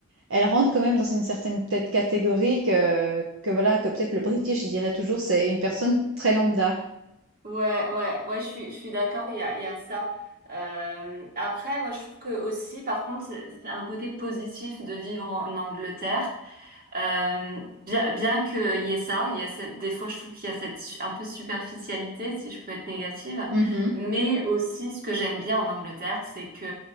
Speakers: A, on the right; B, on the right.
A: elle rentre quand même dans une certaine peut-être catégorie que que voilà, que peut-être le British, je dirais toujours, c'est une personne très lambda».
B: Ouais. Ouais. Ouais. Je suis. Je suis d'accord. Il y a. Il y a ça. Euh, après, moi, je trouve que aussi, par contre, c'est c'est un côté positif de vivre en Angleterre. Euh, bien, bien qu'il y ait ça, il y a cette, des fois je trouve qu'il y a cette su- un peu superficialité, si je peux être négative,
A: Mmh
B: mais aussi ce que j'aime bien en Angleterre, c'est que